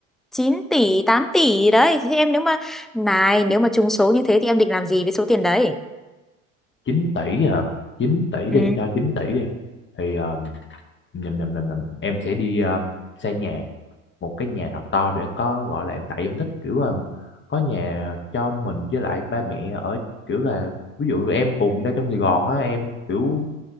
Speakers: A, in the centre; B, on the left (about 30°).
A: 9 tỷ, 8 tỷ gì đấy. Thì em nếu mà này, nếu mà trúng số như thế thì em định làm gì với số tiền đấy?
B: chín tỷ hả? 9 tỷ đi,
A: ừ
B: cho 9 tỷ đi. Thì ờ, nhầm nhầm nhầm nhầm em sẽ đi ờ, xây nhà một cái nhà thật to để có gọi là em tại em thích kiểu là có nhà cho mình với lại ba mẹ ở kiểu là ví dụ em cùng đang trong Sài Gòn á em kiểu